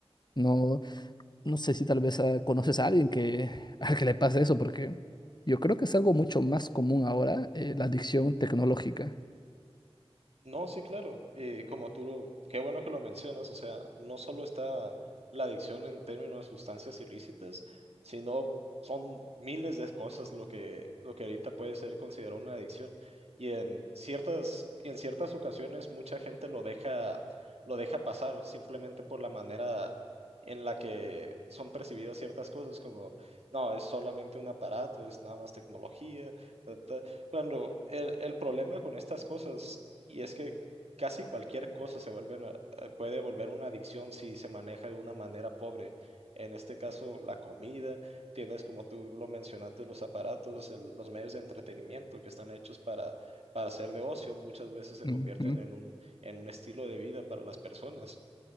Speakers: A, on the left (about 40°); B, on the right (about 75°).
A: No, no sé si tal vez ah, conoces a alguien que, <laughs> al que le pase eso, porque yo creo que es algo mucho más común ahora, eh, la adicción tecnológica.
B: No, sí, claro. Y como tú, lo- qué bueno que lo mencionas, o sea, no solo está la adicción en términos de sustancias ilícitas, sino son miles de cosas lo que, lo que ahorita puede ser considerado una adicción. Y en ciertas, y en ciertas ocasiones mucha gente lo deja, lo deja pasar simplemente por la manera en la que son percibidas ciertas cosas, como, no, es solamente un aparato, es nada más tecnología, ta, ta". Cuando el, el problema con estas cosas y es que casi cualquier cosa se vuelve, una- eh, puede volver una adicción si se maneja de una manera pobre. En este caso, la comida, tienes como tú lo mencionaste, los aparatos, el- los medios de entretenimiento que están hechos para, para ser de ocio, muchas veces se
A: Ujú,
B: convierten en un, en un estilo de vida para las personas